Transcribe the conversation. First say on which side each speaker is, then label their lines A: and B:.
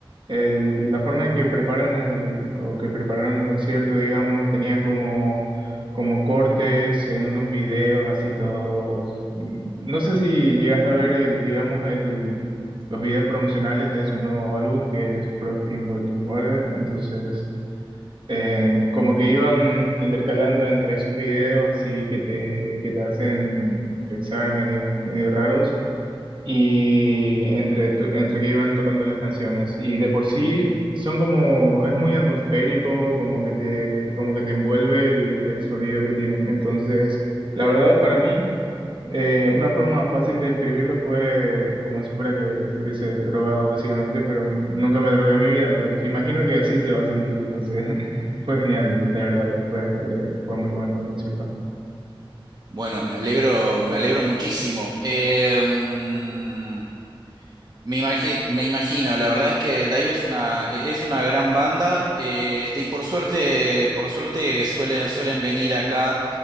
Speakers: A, on the right (about 60°); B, on the right (about 45°).
A: el- la forma en que preparan el, o que prepararon el concierto, digamos, tenían como, como cortes en unos videos así todos. No sé si llegaste a ver el, digamos, el los videos promocionales de su nuevo álbum que es Frog in Boiling Water. Entonces, eh, como que iban intercalando entre esos videos así que te, que te hacen pensar medio, medio raros y entre, to- entre que iban tocando las canciones. Y de por sí son como, es muy atmosférico, como que te, como que te envuelve el, el sonido que tienen. Entonces, la verdad para mí... Eh, una forma fácil de describirlo fue como si fuera que estuviese drogado básicamente, pero nunca me drogué en mi vida, pero imagino que así se va a sentir, entonces <laughs> fue genial, de verdad, fue, de- fue muy bueno el concierto.
B: Bueno, me alegro, me alegro muchísimo. Eh, mm, me imagi- me imagino, la verdad es que Daio es una, e- es una gran banda, eh, este, y por suerte, por suerte suelen, suelen venir acá.